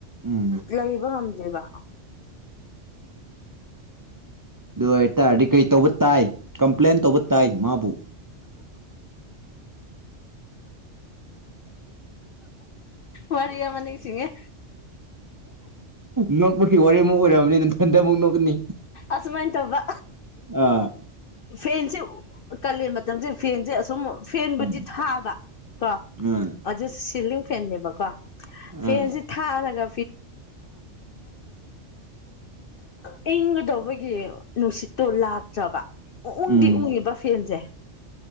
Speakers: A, on the right; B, on the left.
A: ꯎꯝ
B: ꯂꯩꯕ ꯉꯝꯗꯦꯕ
A: ꯑꯗꯨ ꯑꯣꯏꯇꯥꯔꯗꯤ ꯀꯔꯤ ꯇꯧꯕ ꯇꯥꯏ ꯀꯝꯄ꯭ꯂꯦꯟ ꯇꯧꯕ ꯇꯥꯏ ꯃꯥꯕꯨ
B: ꯃꯔꯤꯌꯥ ꯃꯅꯤꯁꯤꯡꯉꯦ
A: ꯅꯣꯛꯄꯁꯤ ꯋꯥꯔꯤꯃꯨꯛ ꯑꯣꯏꯔꯑꯕꯅꯤꯊꯟꯗ ꯑꯃꯨꯛ ꯅꯣꯛꯀꯅꯤ
B: ꯑꯁꯨꯃꯥꯏꯅ ꯇꯧꯕ
A: ꯑꯥ
B: ꯐꯦꯟꯁꯦ ꯀꯥꯂꯦꯟ ꯃꯇꯝꯁꯦ ꯐꯦꯟꯁꯦ ꯑ ꯁꯨꯝ ꯐꯦꯟꯕꯨꯗꯤ
A: ꯎꯝ
B: ꯊꯥꯕ ꯀꯣ
A: ꯑꯥ
B: ꯑꯗꯨ ꯁꯤꯂꯤꯡ ꯐꯦꯕꯀꯣ ꯀꯣ ꯐꯦꯟꯁꯤ
A: ꯑꯥ
B: ꯊꯥꯔꯒ <unintelligible> <unintelligible> ꯑꯩꯈꯣꯏꯒꯤ ꯅꯨꯡꯁꯤꯠꯇꯣ ꯂꯥꯛꯇ꯭ꯔꯕ ꯎꯪꯗꯤ
A: ꯎꯝ
B: ꯎꯪꯉꯤꯕ ꯐꯦꯟꯁꯦ